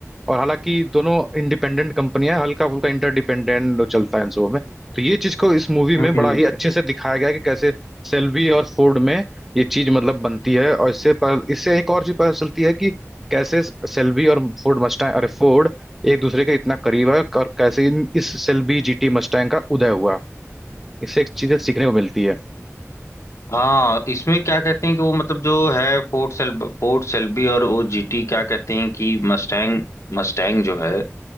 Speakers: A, in the centre; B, on the left (about 70°).
A: और हालांकि दोनों इंडिपेंडेंट कंपनियां हल्का फुल्का इंटरडिपेंडेंट चलता है इन सबों में तो ये चीज को इस मूवी
B: हम्म,
A: में बड़ा
B: हम्म।
A: ही अच्छे से दिखाया गया है कि कैसे सेल्बी और फोर्ड में ये चीज मतलब बनती है और इससे पर, इससे एक और चीज पता चलती है कि कैसे सेल्बी और फोर्ड मस्टैंग अरे फोर्ड एक दूसरे के इतना करीब है और कैसे इन, इस सेल्बी जीटी मस्टैंग का उदय हुआ इससे एक चीजें सीखने को मिलती है
B: हाँ इसमें क्या कहते हैं कि वो मतलब जो है फोर्ट सेल फोर्ट सेल्बी और वो जीटी क्या कहते हैं कि मस्टैंग मस्टैंग जो है